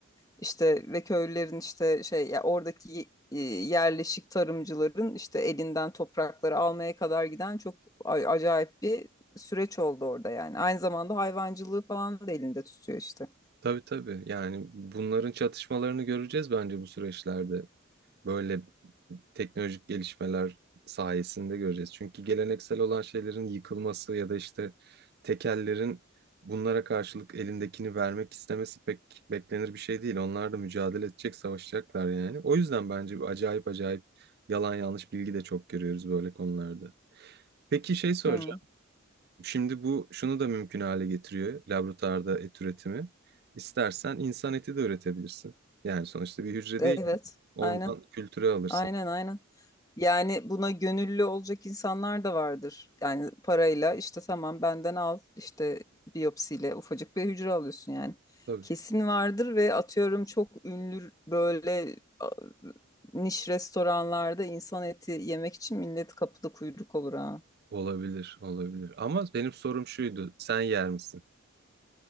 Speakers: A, on the left (about 15°); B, on the right (about 50°).
A: İşte ve köylülerin işte şey ya oradaki e, yerleşik tarımcıların işte elinden toprakları almaya kadar giden çok a- acayip bir süreç oldu orada yani. Aynı zamanda hayvancılığı falan da elinde tutuyor işte.
B: tabii tabii yani bunların çatışmalarını göreceğiz bence bu süreçlerde. Böyle teknolojik gelişmeler sayesinde göreceğiz. Çünkü geleneksel olan şeylerin yıkılması ya da işte tekellerin bunlara karşılık elindekini vermek istemesi pek beklenir bir şey değil. Onlar da mücadele edecek, savaşacaklar yani. O yüzden bence bu acayip acayip yalan yanlış bilgi de çok görüyoruz böyle konularda. Peki şey soracağım.
A: Hı,
B: Şimdi bu şunu da mümkün hale getiriyor laboratuvarda et üretimi. İstersen insan eti de üretebilirsin. Yani sonuçta bir hücre
A: evet.
B: değil. mi Ondan
A: Aynen.
B: kültüre alırsın.
A: Aynen aynen. Yani buna gönüllü olacak insanlar da vardır. Yani parayla işte tamam benden al işte biyopsiyle ufacık bir hücre alıyorsun yani.
B: Tabii.
A: Kesin vardır ve atıyorum çok ünlü böyle a, niş restoranlarda insan eti yemek için millet kapıda kuyruk olur ha.
B: Olabilir, olabilir. Ama benim sorum şuydu. Sen yer misin?